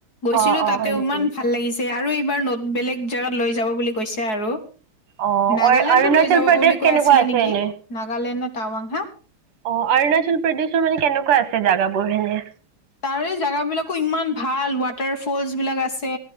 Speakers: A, on the left; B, on the right.
A: গৈছিলোঁ
B: অ', অ',
A: তাতেও
B: হয় নেকি
A: ইমান ভাল লাগিছ ছে, আৰু এইবাৰ ন' বেলেগ জেগাত লৈ যাব বুলি কৈছে আৰু।
B: অ',
A: নাগালেণ্ডত
B: অৰুণাচল
A: লৈ যাব
B: প্ৰদেশ
A: বুলি
B: কেনেকুৱা
A: কৈ আছিলে
B: আছে
A: নেকি,
B: এনে
A: নাগালেণ্ড নে টাৱাং, হা?
B: অ', অৰুণাচল প্ৰদেশৰ মানে কেনেকুৱা আছে জাগাবোৰ এনে?
A: তাৰে জাগাবিলাকো ইমান ভাল, ৱাটাৰ ফলছবিলাক আছ আছে,